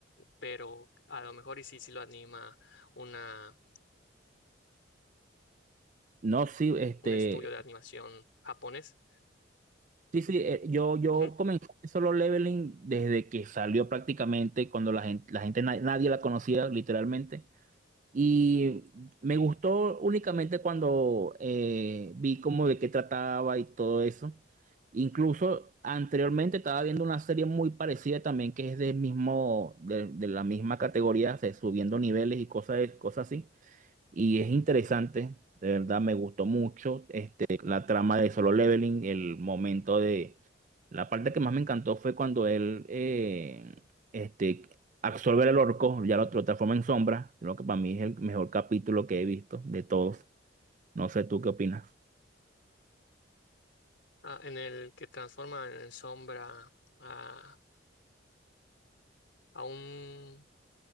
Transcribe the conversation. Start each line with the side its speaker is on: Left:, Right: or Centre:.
Left: Pero a lo mejor y sí, sí lo anima una,
Right: No, sí, este,
Left: un estudio de animación japonés.
Right: sí, sí, eh, yo, yo
Left: Ujú.
Right: comencé solo leveling desde que salió prácticamente, cuando la gente, la gente na- nadie la conocía literalmente. Y me gustó únicamente cuando eh, vi como de qué trataba y todo eso. Incluso anteriormente estaba viendo una serie muy parecida también que es del mismo, de, de la misma categoría, o sea, subiendo niveles y cosas, cosas así. Y es interesante, de verdad me gustó mucho este, la trama de Solo Leveling, el momento de... La parte que más me encantó fue cuando él eh, este, absorbe al orco, ya lo, lo transforma en sombra, lo que para mí es el mejor capítulo que he visto de todos. No sé tú qué opinas.
Left: Ah, en el que transforma en sombra a, a un...